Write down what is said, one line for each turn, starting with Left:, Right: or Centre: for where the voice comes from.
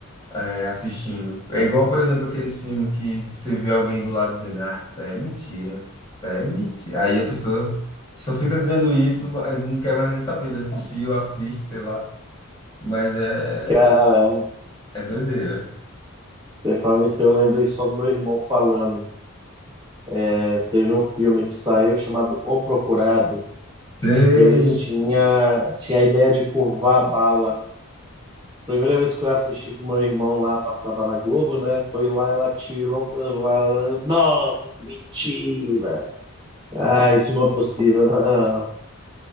Left: É, assistindo. É igual, por exemplo, aqueles filmes que você vê alguém do lado dizendo, ah, isso aí é mentira, isso aí é mentira. Aí a pessoa só fica dizendo isso, mas não quer mais nem saber de assistir, ou assiste, sei lá. Mas é,
Right: Cara,
Left: é doideira.
Right: você falando isso, eu lembrei só do meu irmão falando. É, teve um filme que saiu chamado O Procurado,
Left: Sei,
Right: que eles tinha, tinha a ideia de curvar a bala. Primeira vez que fui assistir com meu irmão lá, passava na Globo, né? Foi lá, ela tirou com ele, falou, nossa, que mentira! Ah, isso não é possível, não.